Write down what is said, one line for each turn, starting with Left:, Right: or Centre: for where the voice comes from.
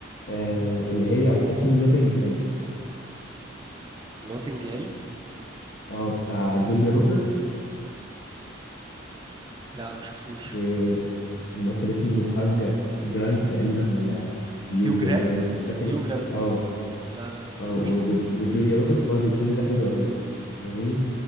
Left: آه، اللي هي اسمه نوتنج هيل
Right: نوتنج هيل
Left: اه بتاع جوليا روبرتس
Right: لا ما شفتوش
Left: وممثل اسمه هاج جرانت تقريبا ولا هيوج
Right: هيو جرانت
Left: جرانت مش فاكر
Right: هيو جرانت
Left: اه
Right: لا لا ما شفتوش
Left: اه و-
Right: لا
Left: و- وجوليا روبرتس برضو الفيلم ده حلو قوي فاهمني